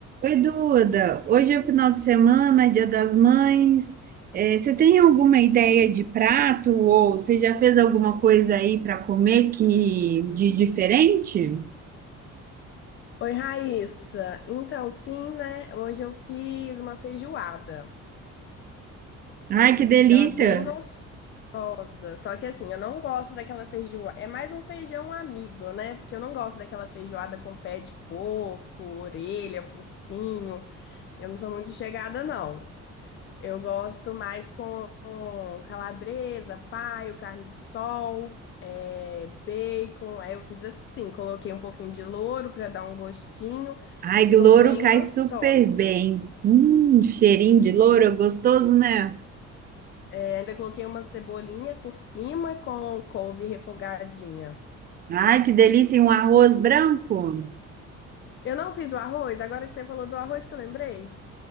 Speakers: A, on the right; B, on the left.
A: Oi, Duda. Hoje é o final de semana, é Dia das Mães. É, você tem alguma ideia de prato ou você já fez alguma coisa aí para comer que de diferente?
B: Oi, Raíssa. Então, sim, né? Hoje eu fiz uma feijoada.
A: Ai,
B: Eu
A: que delícia!
B: fiz ela bem gostosa. Só que assim, eu não gosto daquela feijoada. É mais um feijão amigo, né? Porque eu não gosto daquela feijoada com pé de porco, orelha, focinho. Eu não sou muito chegada, não. Eu gosto mais com calabresa, paio, carne de sol, é, bacon. Aí eu fiz assim, coloquei um pouquinho de louro para dar um gostinho.
A: Ai,
B: Ficou
A: que louro
B: bem
A: cai
B: gostosa.
A: super bem. Hum, cheirinho de louro,
B: Sim,
A: é gostoso, né?
B: é, ainda coloquei uma cebolinha por cima com couve refogadinha.
A: Ai, que delícia! E um arroz branco.
B: Eu não fiz o arroz, agora que você falou do arroz que eu lembrei.